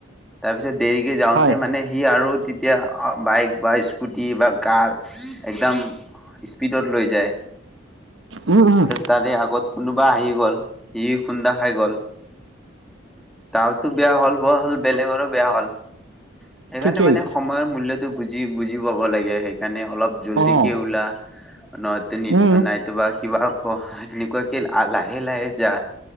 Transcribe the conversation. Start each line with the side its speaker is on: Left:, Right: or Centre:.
Centre: তাৰপিছত পিছত দেৰিকে যাওঁতে
Right: হয়
Centre: মানে সি আৰু তেয়া বাইক বা স্কুটি বা কাৰ একদম স্পীডত লৈ যায়
Right: উম উম
Centre: তাৰে আগত কোনবা আহি গল সি খুন্দা খাইগল তাৰতো বেয়া হ'ল বৰ হ'ল বেলেগৰো বেয়া হল সেইকাৰণে
Right: ঠিকেই
Centre: মানে সময়ৰ মূল্যটো বুজি বুজি পাব লাগে সেইকাৰণে অলপ জল্দিকে
Right: অঁ
Centre: ওলা নহয়ো
Right: উম
Centre: নাইতোবা কিবা সেনেকুৱাকে লাহে লাহে যা